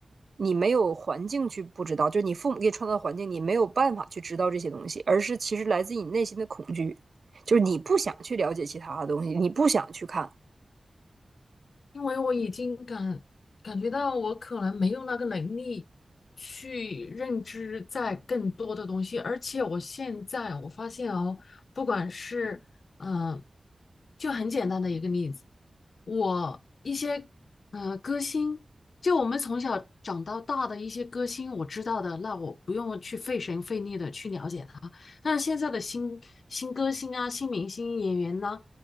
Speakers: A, on the right; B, on the left.
A: 你没有环境去不知道，就是你父母给你创造的环境，你没有办法去知道这些东西，而是其实来自你内心的恐惧，就是你不想去了解其他的东西，你不想去看。
B: 因为我已经感感觉到我可能没有那个能力去认知在更多的东西，而且我现在我发现哦，不管是嗯、呃就很简单的一个例子，我一些呃歌星，就我们从小长到大的一些歌星，我知道的，那我不用去费神费力的去了解他，但是现在的新新歌星啊、新明星演员呢、